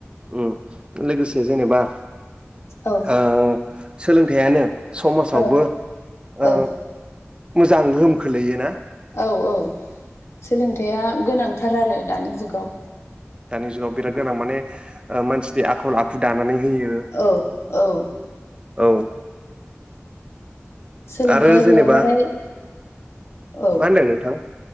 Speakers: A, on the right (about 25°); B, on the left (about 75°).
A: उम लोगोसे जेनेबा।
B: औ
A: ओ सोलोंथायानो। समाजावबो
B: औ
A: ओ
B: औ
A: मोजां गोहोम खोलैयोना?
B: औ औ सोलोंथाया गोनांथार आरो दानि जुगाव।
A: दानि जुगाव बिराद गोनां माने ओ मानसिनि आखल आखु दानानै। होयो
B: औ औ।
A: औ।
B: सोलोंथाइ
A: आरो जेनेबा
B: गैयाबाथाय। औ
A: मा होनदों नोंथां?